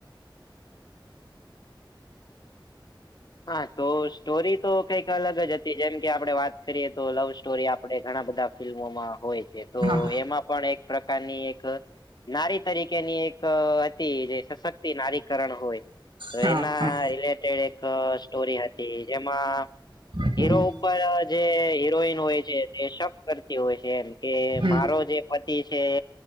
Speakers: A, on the left; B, on the right.
A: હા તો સ્ટોરી તો કંઈક અલગ જ હતી જેમ કે આપણે વાત કરીએ તો લવ સ્ટોરી. આપે ઘણા બધા ફિલ્મોમાં હોય છે. તો
B: હા
A: એમાં પણ એક પ્રકારની એક નારી તરીકેની એક હતી જે સશક્તિ નારીકરણ હોય. તો
B: હા
A: એના
B: હા
A: રિલેટેડ એક સ્ટોરી હતી. જેમાં
B: હમ
A: હીરો ઉપર જે હીરોઈન હોય છે તે શક કરતી હોય છે. કે
B: હમ
A: મારો જે પતિ છે.